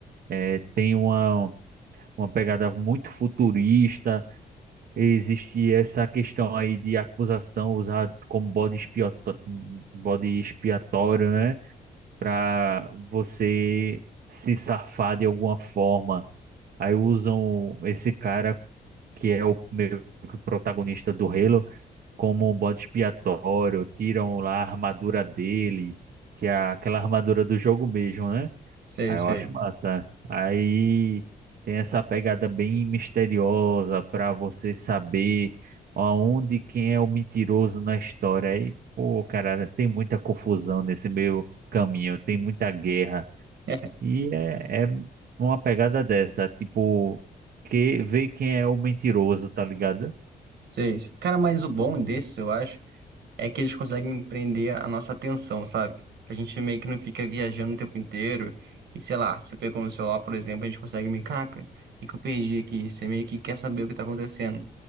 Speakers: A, on the right; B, on the right.
A: É, tem uma, uma pegada muito futurista. Existe essa questão aí de acusação usada como bode expiato- bode expiatório, né? Para você se safar de alguma forma. Aí usam esse cara que é o meio que o protagonista do Halo, como um bode expiatório, tiram lá a armadura dele, que é aquela armadura do jogo mesmo, né?
B: Sei,
A: Aí
B: sei.
A: eu acho massa. Aí tem essa pegada bem misteriosa para você saber aonde quem é o mentiroso na história. Aí, pô, cara, tem muita confusão nesse meio caminho, tem muita guerra.
B: <laughs>
A: E é, é uma pegada dessa, tipo, que ver quem é o mentiroso, tá ligado?
B: Sei. Cara, mas o bom desse, eu acho. é que eles conseguem prender a nossa atenção, sabe? A gente meio que não fica viajando o tempo inteiro. E sei lá, você pegou no celular, por exemplo, a gente consegue me caca, o que que eu perdi aqui? Você meio que quer saber o que tá acontecendo.